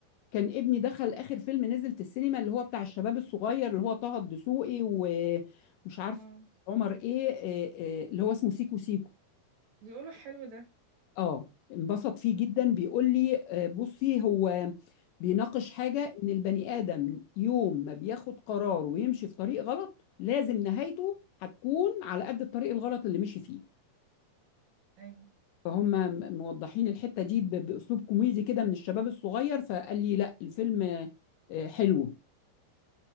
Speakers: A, on the left; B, on the right.
A: كان ابني دخل اخر فيلم نزل في السينما اللي هو بتاع الشباب الصغير اللي هو طه الدسوقي ومش عارف
B: اه
A: عمر ايه إيه- إيه، اللي هو اسمه سيكو سيكو
B: بيقولوا حلو ده
A: اه انبسط فيه جدا بيقول لي آه، بصي هو بيناقش حاجة ان البني آدم يوم ما بياخد قرار ويمشي في طريق غلط لازم نهايته هتكون على قد الطريق الغلط اللي مشي فيه
B: ايوه
A: فهم م- موضحين الحتة دي ب- بأسلوب كوميدي كده من الشباب الصغير فقال لي لا الفيلم آه، حلو